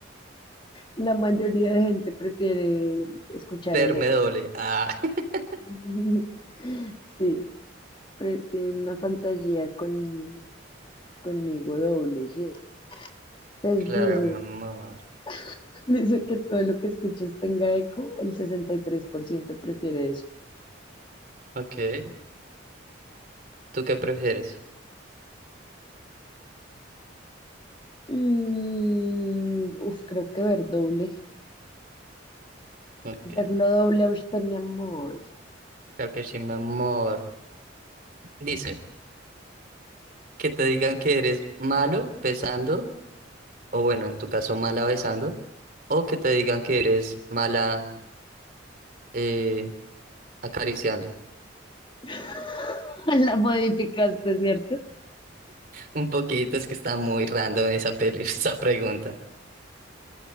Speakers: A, on the left; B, on the right.
A: La mayoría de gente prefiere escuchar
B: Perme
A: el eco.
B: doble. Ah, <laughs>
A: <laughs> Sí, pre- tienen una fantasía con, conmigo doble G. Entonces
B: claro,
A: dice,
B: mi amor.
A: <laughs> dice que todo lo que escuches tenga eco, el 63% prefiere eso.
B: Ok. ¿Tú qué prefieres?
A: Mm, uf, creo que ver doble.
B: Ok.
A: Verlo doble a usted, mi amor.
B: Claro que sí, mi amor. Dice, que te digan que eres malo besando, o bueno, en tu caso mala besando, o que te digan que eres mala eh, acariciando.
A: <laughs> La modificaste, ¿cierto?
B: Un poquito, es que está muy random esa peli, <laughs> esa pregunta.